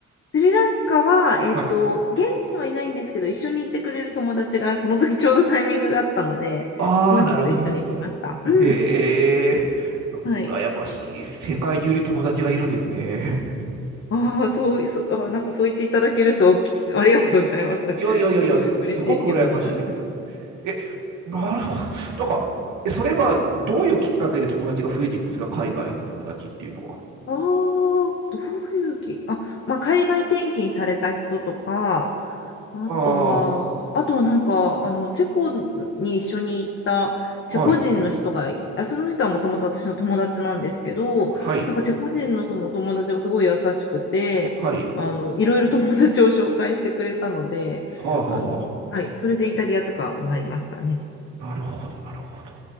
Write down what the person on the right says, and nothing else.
はい。
ああ、
なるほど。
へえ。なんか羨ましい。
世界中に友達がいるんですね。
いやいやいやいや、
すすごく羨ましいです。え、なるほど。なんか、えそれはどういうきっかけで友達が増えていくんですか海外の友達っていうのは。
ああ、
はい。
はい。
はい。
はあ、はあ、
は
あ。なるほど、なるほど。